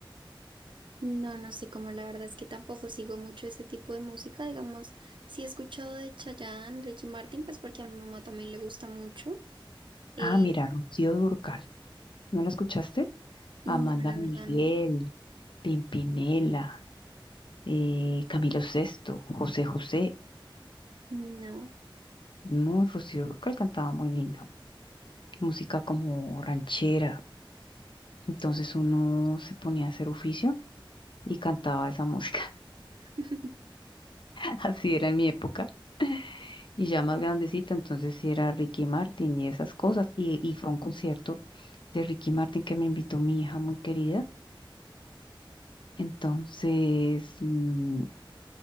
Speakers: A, on the right; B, on the left.
A: No, no sé cómo, la verdad es que tampoco sigo mucho ese tipo de música, digamos, sí he escuchado de Chayanne, Ricky Martin, pues porque a mi mamá también le gusta mucho. eh,
B: Ah, mira, Rocío Durcal. ¿No la escuchaste?
A: No,
B: Amanda
A: la
B: Miguel,
A: verdad no.
B: Pimpinela, eh, Camilo Sesto, José José.
A: No.
B: No, Rocío Dúrcal cantaba muy lindo. Música como ranchera. Entonces uno se ponía a hacer oficio y cantaba esa música.
A: <laughs>
B: <laughs> Así era en mi época. Y ya más grandecita, entonces sí era Ricky Martin y esas cosas. Y, y fue a un concierto de Ricky Martin que me invitó mi hija muy querida. Entonces, mm,